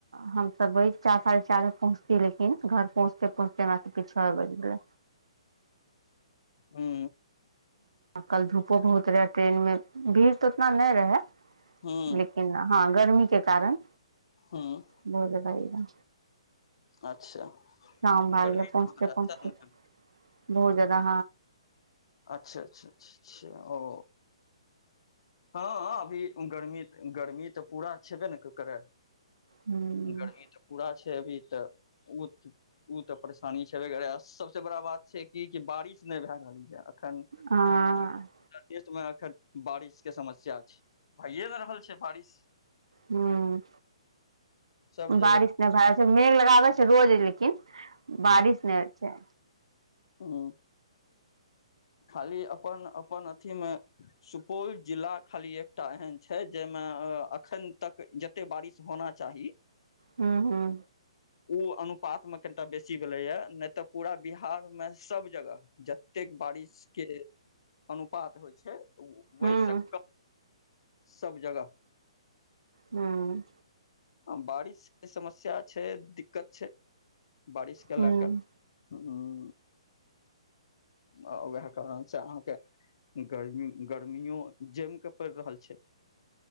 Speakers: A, on the right (about 70°); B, on the left (about 55°).
A: हमस वहि चार साढ़े चारि बज पहुँचतियै लेकिन घर पहुँचते पहुँचते <unintelligible> के छुओ बज बै
B: हू।
A: कल धूपो बहुत रहे ट्रेनमें भीड़ तऽ उतना नहि रहे
B: हूँ
A: लेकिन हँ, गर्मीके कारण
B: हूँ
A: बहु ज।
B: अच्छा
A: शाम भागल
B: गर्मी
A: पहुँचत
B: बहुत रहता
A: पहुँचत।
B: है न।
A: बहु ज्यादा।
B: अच्छा, अच्छा, अच्छा ओ हँ, अभी गर्मी, गर्मी तऽ पूरा छेबे ने ककरे।
A: हूँ
B: गर्मी तऽ पूरा छै, अभी तऽ ओ ओ तऽ परेशानी छेबे कर सभसे बड़ा बात छै, कि बारिश नहि भए रहल य। अखन
A: हँ
B: देशमे एखन बारिश। के समस्या छै, भइए नहि रहल छै, बारिश।
A: हू,
B: सब जगह
A: बारिशमे भार। मेघ लगाबै छै, रोज लेकिन बारिश नहि होइ छै।
B: हू, खाली अपन अपन अथीमे। सुपौल जिला खाली एकटा एहन छै, जाहिमे एखन तक जाते बारिश होना चाही।
A: हूँ हूँ
B: ओ अनुपातमे कनिटा बेसी भेलैए नहि तऽ पूरा बिहार। मे सभ जगह जतेक बारिशके अनुपात होइ छै।
A: हूँ
B: वैशक सभ जगह।
A: हँ।
B: बारिशके समस्या छै, दिक्कत छै, बारिशके
A: हूँ
B: लए कऽ। हू। आ वाहे कारण छै अहाँकेँ गर्मी गर्मियो जमके पड़ि रहल छै।